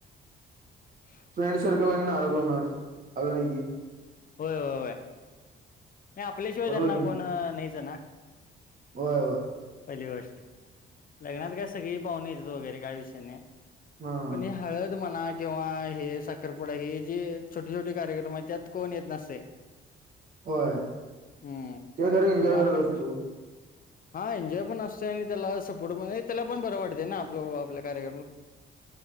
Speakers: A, on the left; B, on the right.
A: ह
B: फ्रेंड सर्कल आणि नाराज होणार आल नाही की
A: होय होय होय नाही आपल्याशिवाय
B: बरोबर
A: त्यांना कोण नाहीचं ना
B: हो
A: पहिली गोष्ट लग्नात काय सगळी पाहून येतात वगैरे काय विषय नाही
B: हा हा
A: पण ह हळद म्हणा किंवा हे साखरपुडा हे जे छोटे छोटी कार्यक्रम आहे त्यात कोण येत नसते
B: होय
A: हम्म त्यामुळे
B: ते खर एन्जॉय
A: आपण
B: करत असत
A: हा एन्जॉय पण असतो आणि त्याला सपोर्ट पण त्याला पण बरं वाटते ना आपलं आपल्या कार्यक्रमात